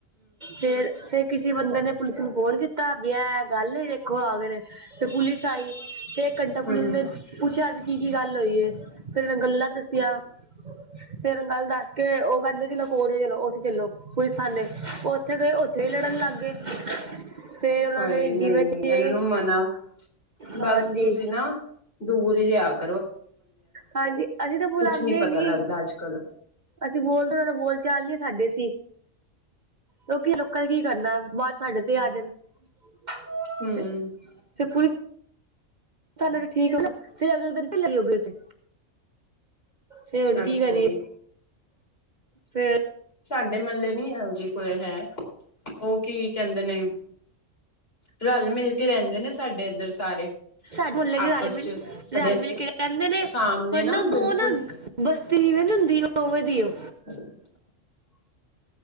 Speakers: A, on the right; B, on the left.
A: ਫੇਰ ਫੇਰ ਕਿਸੇ ਬੰਦੇ ਨੇ ਪੁਲਿਸ ਨੇ ਫੋਨ ਕੀਤਾ, ਵਿਆ ਏ ਗੱਲ ਐ, ਵੇਖੋ ਆ ਕੇ ਤੇ ਪੁਲਿਸ ਆਈ ਏਕ ਘੰਟਾ
B: ਹੂੰ-ਹੂੰ-ਹੂੰ-ਹੂੰ-ਹੂੰ
A: ਪੁਲਿਸ ਨੇ ਪੁੱਛਿਆ ਵੀ ਕੀ ਕੀ ਗੱਲ ਹੋਈ ਐ ਫੇਰ ਉਹ ਨੇ ਗੱਲਾਂ ਦੱਸੀਆ ਫੇਰ ਗੱਲ ਦੱਸ ਕੇ ਉਹ ਕਹਿੰਦੇ ਸੀ ਚਲੋ ਉੱਥੇ ਚਲੋ, ਪੁਲਿਸ ਥਾਨੇ ਉੱਥੇ ਗਏ ਉੱਥੇ ਲੜਨ ਲੱਗ ਗਏ ਫੇਰ ਉਹਨਾਂ
B: ਹਾਏ
A: ਨੇ
B: ਨਈ
A: ਜਿਵੇਂ ਤਿਵੇਂ
B: ਇਹਨਾ ਨੂੰ ਮਨਾ
A: ਹਾਂਜੀ
B: ਬਸ ਤੁਸੀਂ ਨਾ ਦੂਰ ਹੀ ਰਿਹਾ ਕੇ
A: ਹਾਂਜੀ, ਅਸੀਂ ਤੇ ਬੁਲਾਂਦੇ
B: ਕੁਛ ਪਤਾ
A: ਈ ਨੀ,
B: ਲੱਗਦਾ ਅੱਜ ਕੱਲ
A: ਅਸੀਂ ਬੋਲਦੇ <unintelligible> ਬੋਲ ਚਾਲ ਨੀ ਸਾਡੇ ਸੀ ਲੋਕੀ ਲੋਕਾਂ ਨੇ ਕੀ ਕਰਨਾ ਬਾਹਰ ਸਾਡੇ ਤੇ ਆ ਜਨ ਫ
B: ਹੂੰ-ਹੂੰ-ਹੂੰ
A: ਫੇਰ ਪੁਲਿਸ ਸਾਨੂੰ ਤੇ ਠੀਕ ਮਲਬ, ਫਿਰ ਅਗਲੇ ਦਿਨ ਫੇਰ ਫਰੀ ਹੋ ਗੇ ਸੀ ਫੇ ਹੁਨ ਕੀ
B: ਅੱਛਾ
A: ਕਰੀਏ,
B: ਜੀ
A: ਫੇਰ
B: ਸਾਡੇ ਮਹਲੇ ਨੀ ਇਹੋ ਜੀ ਕੋਈ ਹੈ, ਉਹ ਕੀ ਕਹਿੰਦੇ ਨੇ ਰਲ ਮਿਲ ਕੇ ਰਹਿੰਦੇ ਨੇ ਸਾਡੇ ਏਧਰ ਸਾਰੇ
A: ਸਾਡੇ ਮੁਹੱਲੇ ਚ
B: ਆਪਸ
A: ਰਲ ਮਿਲ
B: ਸਾਡੇ
A: ਰਲ ਮਿਲ <unintelligible> ਰਹਿੰਦੇ ਨੇ
B: ਸਾਹਮਣੇ
A: ਪਰ ਨਾ
B: ਬਿਲਕੁਲ
A: ਉਹ ਨਾ ਬ ਤਵੇਨ ਨੀ ਹੁੰਦੀ ੳ ਵੇ ਦੀ ੳ
B: <inaudible>